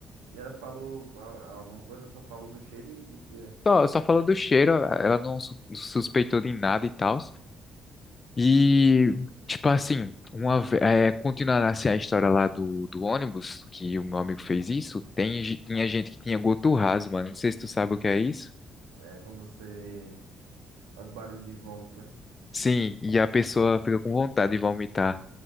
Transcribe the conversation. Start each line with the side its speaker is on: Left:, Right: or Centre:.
Right: E ela falou co- a- alguma coisa, só falou do cheiro e disse que é
Left: Só, só falou do cheiro, ela não su- suspeitou de nada e tal. E, tipo assim, uma, ve- é, continuando assim a história lá do, do ônibus, que o meu amigo fez isso, tem, ge- tinha gente que tinha goturrazo, mano, não sei se tu sabe o que é isso.
Right: é quando você faz barulho de vômito, né?
Left: Sim, e a pessoa fica com vontade de vomitar.